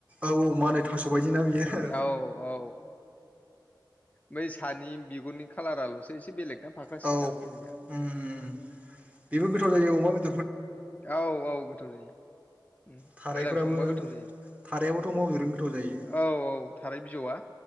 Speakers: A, on the right; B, on the left.
A: औ औ मालाय थास' बदिना बेयो
B: औ औ बै सानि बिगुरनि खालाराल'सो एसे बेलेग ना फाख्रा
A: औ
B: सिख्रा
A: हम
B: जोंनिया
A: हम हम बेबो गोथाव जायो अमाबेद
B: औ औ गोथाव जायो
A: थारायफोराबो
B: मोजां संबा गोथाव जायो
A: थारायाबोथ' अमा बेदरजों गोथाव जायो
B: औ औ थाराय बिजौआ